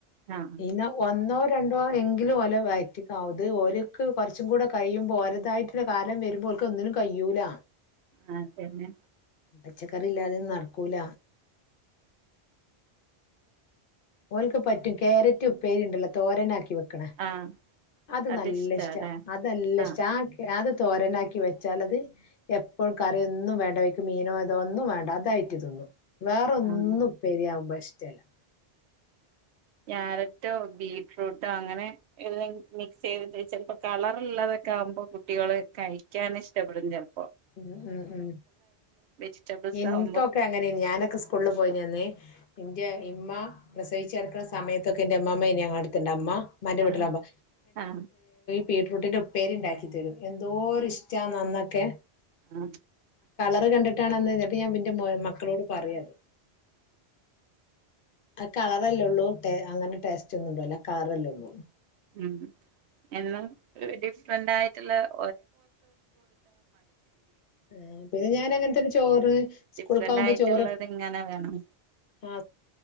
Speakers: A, on the right; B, on the left.
A: ആഹ്
B: ഇന്ന ഒന്നോ രണ്ടണം എങ്കിലും ഒലെ വറ്റിക്കാവത് ഇത് ഓൽക്ക് കുറച്ചും കൂടെ കഴിയുമ്പോൾ ഒലതായിട്ടുള്ള കാലം വരുമ്പോ ഒൽക്ക് ഒന്നിനും കഴിയൂല
A: ആ തന്നെ
B: പച്ചക്കറി ഇല്ലാതെന്നും നടക്കൂല ഓൽക്ക് പറ്റും ക്യാരറ്റ് ഉപ്പേരി ഉണ്ടല്ലോ തോരനാക്കി വെക്കും
A: ആഹ്
B: അത്
A: അതിഷ്ടാല്ലേ
B: നല്ല ഇഷ്ട അത് നല്ല
A: ആഹ്
B: ഇഷ്ട അത് തോരനാക്കി വെച്ചാൽ അത് എപ്പോഴും കറിയൊന്നും വേണ്ട വെക്കും മീനോ ഇതോ ഒന്നും വേണ്ട അതായിട്ട് തിന്നു വേറെ ഒന്നും
A: ആഹ്
B: ഉപേരിയാവുമ്പോ ഇഷ്ട്ടമല്ല
A: ക്യാരറ്റോ, ബീ ഫ്രൂട്ടും, അങ്ങനെ ഇത് മിക്സ് ചെയ്തിട്ട് ചിലപ്പോ കളർള്ളാതൊക്കെ ആകുമ്പോൾ കുട്ടികൾ കഴിക്കാൻ ഇഷ്ടപ്പെടും ചിലപ്പോ.
B: ഉം, ഉം, ഉം
A: വെജിറ്റബിൾസ്
B: എനിക്കൊക്കെ
A: ആവുമ്പോ
B: അങ്ങനെ ഞാനൊക്കെ സ്കൂളില് പോയിന്നേ എന്റെ ഇമ്മ പ്രസവിച്ച് കിടക്കുന്ന സമയത്തൊക്കെ എന്റെ അമ്മാമ്മ ഇനി ഞങ്ങടെ അടുത്തണ്ട അമ്മ മാമാന്റെ വീട്ടിലാവുമ്പോ
A: ആഹ് ആഹ്
B: ബീറ്റ്റൂട്ടിന്റെ ഉപ്പേരി ഉണ്ടാക്കി തരും, എന്തോര് ഇഷ്ടാ അന്നൊക്കെ
A: ആ
B: കണ്ടിട്ടാണ് ഞാൻ പിന്നെ പോയി മക്കളോട് പറയുവായിരുന്നു. അ കളറല്ലേ ഉള്ളൂ അങ്ങനെ ടേസ്റ്റ് ഒന്നും ഉണ്ടാവില്ല, കറല്ലേള്ളൂ
A: ഉം എന്നും ഇടക്ക് ഉണ്ടായിട്ടുള്ള <unintelligible>
B: ആ പിന്നെ ഞാൻ അങ്ങനത്തെൊരു ചോറ്, സ്കൂൾക്ക്
A: ഡിഫറന്റ്
B: ആവുമ്പോ
A: ആയിട്ടുള്ളത്
B: ചോറ്,
A: ഇങ്ങനെ വേണം
B: ആ,